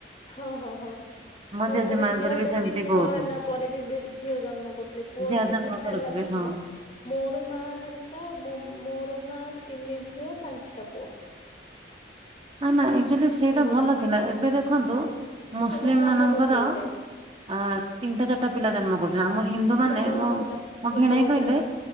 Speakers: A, on the left; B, on the right.
A: ହଁ ହଁ ହଁ।
B: ମୋ
A: ପୁଅ
B: ଜେଜେମାଙ୍କର
A: ପରେ ଝିଅ
B: ବି
A: ବେଶୀ
B: ସେମିତି
A: ପୁଅ
B: ବହୁତ
A: ହେଲା ପରେ ବି ବେ ଝିଅ ଜନ୍ମ କରୁଥିଲେ ପୁଅ
B: ଝିଅ
A: ତିନି
B: ଜନ୍ମ
A: ଚାରଟା
B: କରୁଥିବେ
A: ହେଲା
B: ହଁ।
A: ଵଟ୍ ମୋର ମା ହରେକା ମୋର ମା ତିନି ଝିଅ ପାଞ୍ଚଟା ପୁଅ <inaudible>
B: ନା ନା ଆକ୍ଚୁଆଲି ସେଇଟା
A: ମୋ
B: ଭଲ
A: ଜେ
B: ଥିଲା ଏବେ ଦେଖନ୍ତୁ ମୁସଲିମ୍
A: ସମସ୍ତଙ୍କର
B: ମାନଙ୍କର
A: ଗୋଟେ ଗୋଟେ
B: ଅଁ ତିନିଟା ଚାରିଟା ପିଲା ଜନ୍ମ କରୁଛନ୍ତି ଆମ ହିନ୍ଦୁ ମାନେ
A: ଭଲ
B: ମୋ
A: ସେଟା
B: ମୋ
A: ଗୋଟେ
B: ଭିଣେଇ
A: ଗୋଟେ
B: କହିଲେ